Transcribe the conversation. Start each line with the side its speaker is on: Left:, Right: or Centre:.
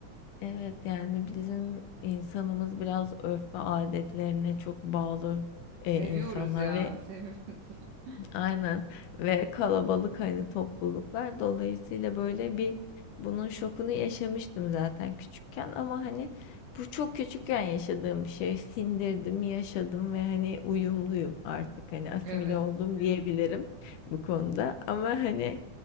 Left: Evet, yani, bizim insanımız biraz örf ve adetlerine çok bağlı,
Right: Seviyoruz
Left: eee, insanlar
Right: ya,
Left: ve
Right: seviyoruz. <laughs>
Left: Aynen ve kalabalık hani topluluklar dolayısıyla böyle bir bunun şokunu yaşamıştım zaten küçükken ama hani bu çok küçükken yaşadığım bir şey sindirdim yaşadım ve hani uyumluyum artık hani asimile
Right: Evet.
Left: oldum diyebilirim bu konuda ama hani